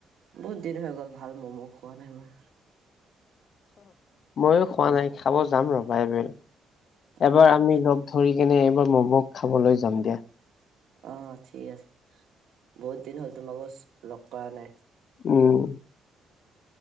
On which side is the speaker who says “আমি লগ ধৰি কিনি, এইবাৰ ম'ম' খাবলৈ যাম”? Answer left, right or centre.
Left